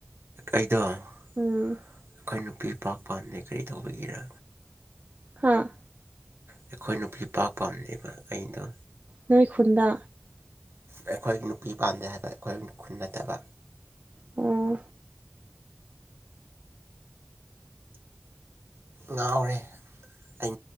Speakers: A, on the right; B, on the right.
A: ꯑꯩꯗꯣ ꯑꯩꯈꯣꯏ
B: ꯎꯝ
A: ꯅꯨꯄꯤ ꯄꯥꯛ ꯄꯥꯝꯗꯦ ꯀꯔꯤ ꯇꯧꯕꯒꯤꯔ
B: ꯍꯥꯥ
A: ꯑꯩꯈꯣꯏ ꯅꯨꯄꯤꯄꯥ ꯄꯥꯝꯅꯦꯕ ꯑꯩꯗꯣ
B: ꯅꯣꯏ ꯈꯨꯟꯗ
A: ꯑꯩꯈꯣꯏꯒꯤ ꯅꯨꯄꯤ ꯄꯥꯟꯗꯦ ꯍꯥꯏꯕ ꯑꯩꯈꯣꯏꯒꯤ ꯈꯨꯟ ꯅꯠꯇꯕ
B: ꯑꯣ
A: ꯉꯥꯎꯔꯦ ꯑꯩ